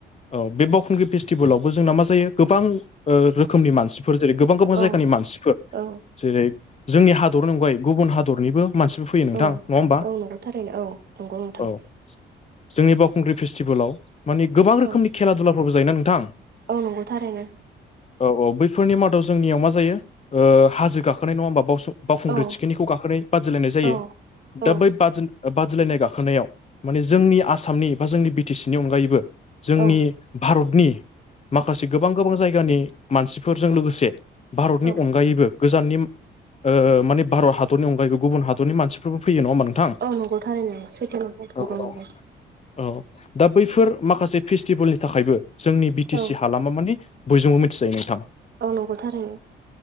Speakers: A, on the left; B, on the right.
A: औ बे बावखुंग्रि फेस्टिभेलावबो जोंना मा जायो गोबां ओ रोखोमनि मानसिफोर जेरै गोबां गोबां
B: औ
A: जायगानि मानसिफोर
B: औ
A: जेरै जोंनि हादरनि अनगायै गुबुन हादरनिबो मानसिबो फैयो नोंथां
B: औ
A: नङा होमबा
B: औ नंगौ थारैनो औ नंगौ नोंथां
A: औ जोंनि बावखुंग्रि फेस्टिभेलाव मानिे गोबां रोखोमनि
B: औ
A: खेला दुलाफोरबो जायोना नोंथां
B: औ नंगौ थारैनो
A: औ औ बैफोरनि मादाव जोंनियाव मा जायो ओ हाजो नंङा होनबा बासुं बावखुंग्रि
B: औ
A: थिखिनिखौ गाखोनानै बादिलायनाय जायो
B: औ
A: दा
B: औ
A: बै बादि बादिलायनाय गाखो खोनायाव माने जोंनि आसामनि बा जोंनि बि टि सि नि अनगायैबो जोंनि
B: औ
A: भारतनि माखासे गोबां गोबां जायगानि मानसिफोरजों लोगोसे भारतनि
B: औ
A: अनगायैबो गोजाननि ओ मानि भारत हादरनि अनगायैबो गुबुन हादरनि मानसिफोरबो फैयो नङा होमबा नोंथां
B: औ नंगौ थारैनो सैथो नंगौ
A: औ औ
B: नंगौ
A: औ दा बैफोर माखासे फेस्टिभेलनि थाखायबो जोंनि बि टि
B: औ
A: सि हालामा मानि बयजोंबो मिथिजायो नोंथां
B: औ नंगौ थारैनो